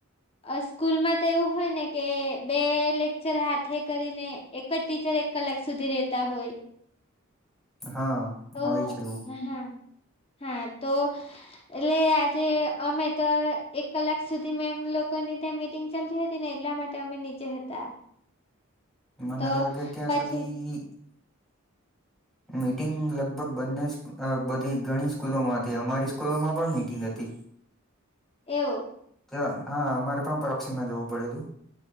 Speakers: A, on the left; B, in the centre.
A: સ્કૂલમાં તો એવું હોય ને કે બે લેક્ચર હાથે કરીને એક જ ટીચર કલાક સુધી રહેતા હોય.
B: હા
A: તો
B: હા ઈજ કેવું
A: હા હા તો એટલે આજે અમે તો એક કલાક સુધી મે એમ લોકોની ત્યાં મીટિંગ ચાલતી હતી ને એટલા માટે અમે નીચે હતા.
B: મને
A: તો
B: લાગે ત્યાં
A: પછી
B: સુધી મીટિંગ લગભગ બંને બધી ઘણી સ્કૂલોમાં હતી, અમારી સ્કૂલોમાં પણ મીટિંગ હતી.
A: એવુ
B: ત્યાં હા અમારે પણ પરોક્ક્ષિમાં જવું પડેલું.